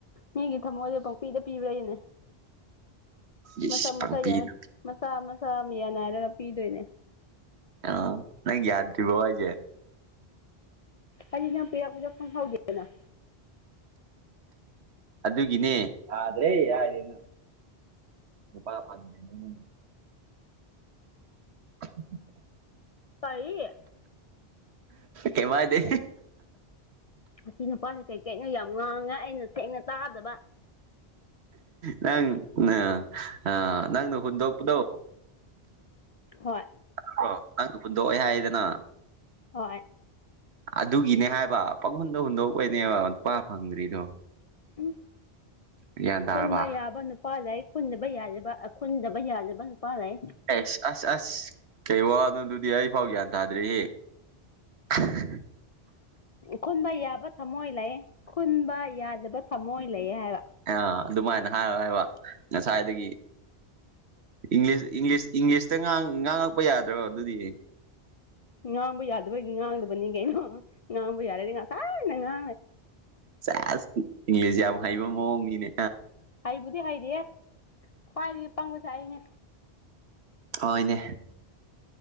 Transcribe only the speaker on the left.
ꯃꯤꯒꯤ ꯊꯃꯣꯏꯁꯤꯕꯨ ꯄꯪꯄꯤꯗ ꯄꯤꯕ꯭ꯔꯏꯅꯦ
ꯃꯁꯥ
ꯃꯁꯥ ꯃꯆꯥ ꯃꯆꯥ ꯑꯃ ꯌꯥꯅꯔꯥ ꯍꯥꯏꯔꯒ ꯄꯤꯗꯣꯏꯅꯦ
ꯑꯖꯤ ꯄꯤꯌꯥ ꯄꯨꯖ ꯐ ꯍꯒꯅ
ꯀꯔꯤꯦ
ꯑꯁꯤ ꯅꯨꯄꯥꯁꯦ ꯀꯩꯀꯩꯅꯩꯅꯣ ꯌꯥꯝ ꯉꯥꯡꯉꯦ ꯑꯩꯅ ꯁꯦꯡꯅ ꯇꯥꯗꯕ
ꯍꯣꯏ
ꯍꯣꯏ
ꯎ
ꯈꯨꯟꯕ ꯌꯥꯕ ꯅꯨꯄꯥ ꯂꯥꯏꯛ ꯈꯨꯨꯟꯗꯕ ꯌꯥꯖꯕ ꯈꯨꯟꯗꯕ ꯌꯥꯖꯕ ꯅꯨꯄꯥ ꯂꯩ
ꯈꯨꯟꯕ ꯌꯥꯕ ꯊꯝꯃꯣꯏ ꯂꯩ ꯈꯨꯟꯕ ꯌꯥꯗꯕ ꯊꯝꯃꯣꯏ ꯂꯩꯌꯦ ꯍꯥꯏꯕ
ꯉꯥꯡꯕ ꯌꯥꯗꯕꯒꯤ ꯉꯥꯡꯗꯕꯅꯤ ꯀꯩꯅꯣ ꯉꯕꯨ ꯌꯥꯔꯦꯗꯤ ꯉꯁꯥꯏꯟꯅꯪ ꯉ
ꯍꯩꯕꯨꯗꯤ ꯍꯩꯔ ꯈ꯭ꯋꯥꯏꯗꯒꯤ ꯄꯪꯕꯁꯦ ꯑꯩꯅꯦ